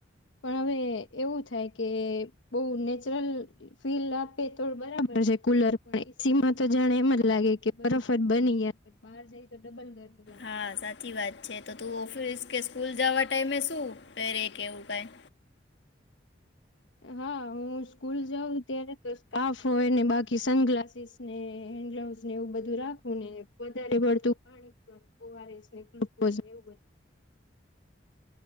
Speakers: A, on the left (about 80°); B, on the left (about 70°).
A: પણ, હવે એવું થાય કે બોવ નેચરલ ફીલ આપે તો બરાબર છે કુલર. પણ, એ સી માં તો જાણે એમ જ લાગે કે બરફ જ બની ગ્યા, પત બાર જાય તો ડબલ ગરમી લા
B: હા, સાચી વાત છે. તો તું ઓફિસ કે સ્કૂલ જાવા ટાઈમે શું પેરે કે એવું કાય?
A: હા, હું સ્કૂલ જાઉં ત્યારે તો સ્કાફ હોય ને બાકી સન ગ્લાસીસ ને હેન્ડ ગ્લવસ ને એવું બધું રાખું ને વધારે પળતું પાણી પીવાનું ઓ આર એસ ને ગ્લુકોઝ ને એવું બધું.